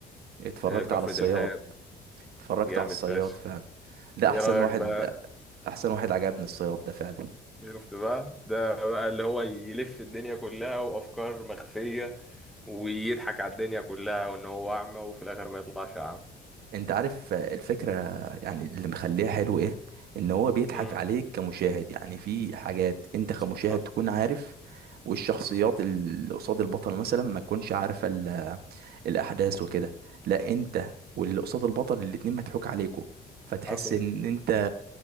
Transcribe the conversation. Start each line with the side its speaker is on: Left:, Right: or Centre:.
Right: اتفرجت
Centre: آه، كفر
Right: على الصياد
Centre: دلهاب
Right: اتفرجت
Centre: جامد
Right: على الصياد
Centre: فشخ
Right: فعلا ده
Centre: ايه
Right: احسن
Centre: رأيك
Right: واحد
Centre: بقى
Right: احسن واحد عجبني الصياد ده فعلا
Centre: شفت بقى ده بقى اللي هو يلف الدنيا كلها وافكار مخفية ويضحك على الدنيا كلها وان هو اعمى وفي الاخر ما يطلعش اعمى
Right: انت عارف آه، الفكرة يعني اللي مخليها حلو ايه ان هو بيضحك
Centre: امم
Right: عليك كمشاهد يعني في حاجات انت كمشاهد
Centre: حصل حصل
Right: تكون عارف والشخصيات
Centre: امم
Right: اللي قصاد البطل مثلا ما تكونش عارفة ال- الاحداث وكده لا انت واللي قصاد البطل الاتنين مضحوك عليكوا فتحس
Centre: حصل
Right: ان انت